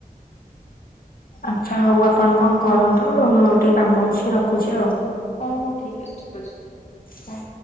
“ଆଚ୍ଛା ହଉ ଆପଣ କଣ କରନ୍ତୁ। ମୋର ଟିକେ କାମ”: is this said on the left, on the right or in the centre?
Left